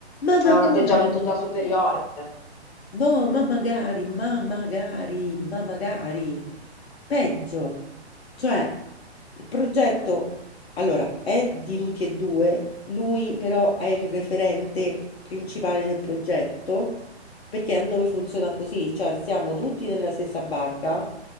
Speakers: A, on the left; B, on the left.
A: ma magari!
B: Ha un atteggiamento da superiore.
A: No, ma magari, ma magari, ma magari. Peggio. Cioè, il progetto, allora, è di tutti e due, lui però è il referente principale del progetto, perché a noi funziona così, cioè siamo tutti nella stessa barca,